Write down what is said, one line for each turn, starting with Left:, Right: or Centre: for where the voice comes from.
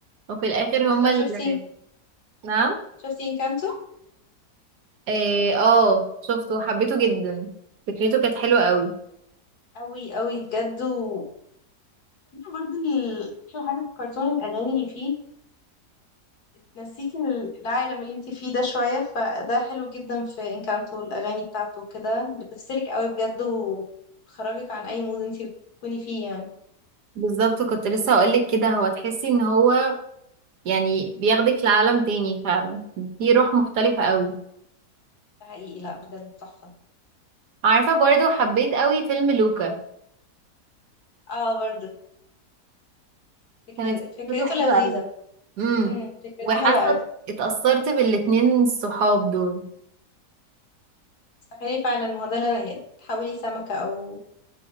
Right: وفي الآخر هما
Left: طب
Right: اللي
Left: شفتي
Right: <laughs> نعم
Left: شفتي انكانتو
Right: إيه، اه شفته وحبيته جدا فكرته كانت حلوة قوي
Left: أوي أوي بجد وبحب برضه ال- أحلى حاجة في الكرتون الأغاني اللي فيه تنسيكي من العالم اللي انتي فيه ده شوية فده حلو جدا في انكانتو الأغاني بتاعته كده بتفصلك أوي بجد وبتخرجك عن أي مود انتي بتكوني فيه يعني
Right: بالظبط كنت لسه هقولك كده هو تحسي ان هو يعني بياخدك لعالم تاني فعلا في روح مختلفة قوي
Left: ده حقيقي لأ بجد تحفة
Right: عارفة برضو حبيت قوي فيلم لوكا
Left: اه برضه فكرة
Right: كانت
Left: فكرته
Right: قصته حلوة
Left: لذيذة
Right: قوي امم
Left: امم فكرته
Right: وحاسة
Left: حلوة أوي
Right: اتأثرت بالاتنين الصحاب دول
Left: تخيلي فعلا ما هو ده اللي- يعني تحولي سمكة أو